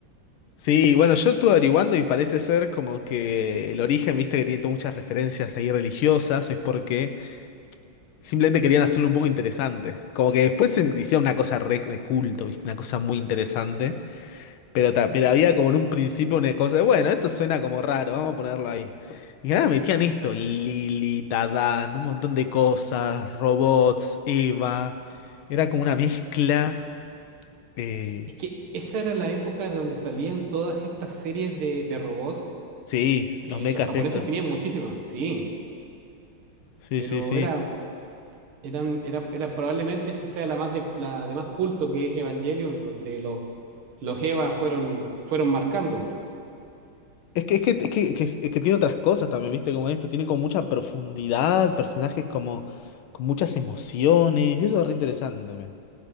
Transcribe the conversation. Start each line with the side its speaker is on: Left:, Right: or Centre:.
Left: Sí, bueno, yo estuve averiguando y parece ser como que el origen, viste, que tiene todas muchas referencias ahí religiosas, es porque simplemente querían hacerlo un poco interesante. Como que después se hicieron una cosa re de culto, viste, una cosa muy interesante. Pero, ta- pero había como en un principio una cosa de, bueno, esto suena como raro, vamos a ponerlo ahí. Y ahora metían esto, Lili, Tadán, un montón de cosas, robots, Eva. Era como una mezcla. eh,
Right: Es que esa era la época de donde salían todas estas series de, de robots
Left: sí,
Right: que
Left: los mechas
Right: los japoneses
Left: esto.
Right: tenían muchísimas, sí,
Left: Sí,
Right: pero
Left: sí, sí.
Right: era, eran, era, era probablemente esta sea la, más de, la de más culto que es Evangelion, donde los, los Eva fueron, fueron marcando.
Left: Es que, es que, es que, que- es que tiene otras cosas también, ¿viste? Como esto, tiene como mucha profundidad, personajes como con muchas emociones. Eso es re interesante también.